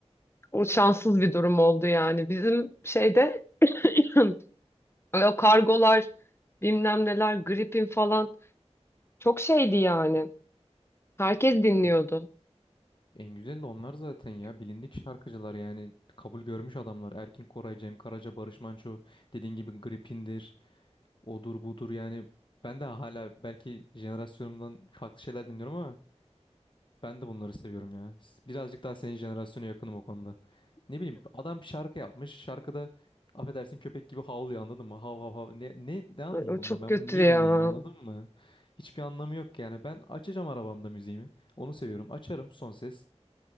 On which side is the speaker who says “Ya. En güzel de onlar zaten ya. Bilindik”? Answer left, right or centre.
Left